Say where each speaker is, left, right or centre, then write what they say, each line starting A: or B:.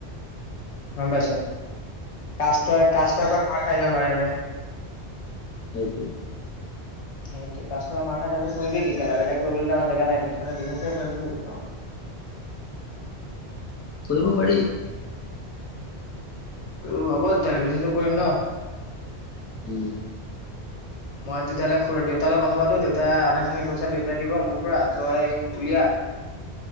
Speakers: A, on the left (about 85°); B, on the left (about 25°).
A: গম পাইছ কাছ কাষ্টৰ পৰা মাৰ খাই যাম বাৰে বাৰে
B: সেইটোৱে
A: সেইট কাষ্টমাৰ মাৰ কৰিবি কি কেলা বলেগ কৰিবলৈ আমাৰ জেগা নাই সেইটো কাৰণে বিছো
B: কৰিব পাৰি
A: উমহ'ব তেতিয়াহ'লে পিছতো কৰিম ন
B: উম
A: মই তেতিয়াহ'লে দেউতাৰ লগত কথা পাতো দেউতাই আধা খিনি পইচা দেউতাই দিব মোৰ পৰা তইউলিয়া